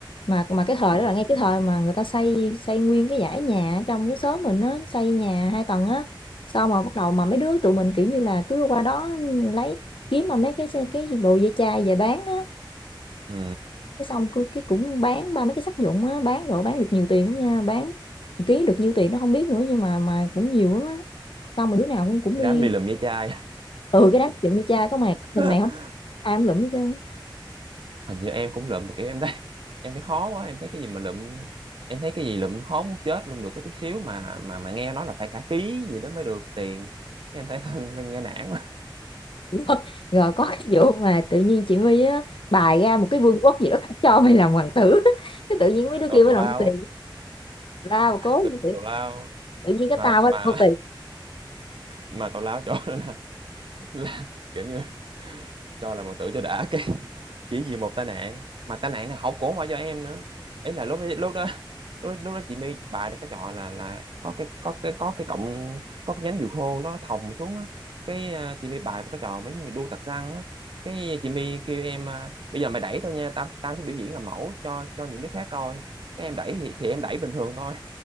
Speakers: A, on the left; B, on the right.
A: mà mà cái thời
B: ừ.
A: đó là ngay cái thời mà người ta xây xây nguyên cái dãy nhà ở trong cái xóm mình á xây nhà hai tầng á sau mà bắt đầu mà mấy đứa tụi mình kiểu như là cứ qua đó lấy kiếm mà mấy cái cái đồ dây chai về bán á
B: Ừ.
A: cái xong cứ cái cũng bán ba mấy cái sắt vụn á bán đồ bán được nhiều tiền lắm nha bán một ký được nhiêu tiền nó không biết nữa nhưng mà mà cũng nhiều lắm á xong mà đứa nào cũng cũng
B: Đi
A: đi
B: đám đi lụm ve chai
A: ừ cái đám dựng dây cha có mà mình
B: <laughs>
A: này không ai cũng lụm hết trơn
B: hình như em cũng lụm mà kiểu em thấy em thấy khó quá em thấy cái gì mà lụm em thấy cái gì lụm khó muốn chết luôn được có chút xíu mà mà mà nghe nói là phải cả ký gì đó mới được tiền cái em thấy <laughs> nghe nản quá
A: Đúng không? Rồi có cái vụ mà tự nhiên chị My á, bài ra một cái vương quốc gì đó cho mày làm hoàng tử <laughs> cái tự nhiên mấy đứa kia
B: tào
A: mới
B: tào
A: làm
B: lao
A: nô tì lao cố
B: tự nhiên
A: tự,
B: tào lao
A: tự nhiên cái
B: mà
A: tao mới
B: mà
A: làm nô tì
B: mà tào lao chỗ đó là <laughs> kiểu như cho là một tử cho đã cái chỉ vì một tai nạn mà tai nạn này không cũng không phải do em nữa ý là lúc đó, lúc đó lúc, lúc đó chị My bài cái trò là là có cái có cái có cái cọng có cái nhánh dừa khô nó thòng xuống á cái à, chị My bài một cái trò mấy người đua tạc xăng á cái chị My kêu em à, bây giờ mày đẩy tao nha tao tao sẽ biểu diễn làm mẫu cho cho những đứa khác coi cái em đẩy thì, thì em đẩy bình thường thôi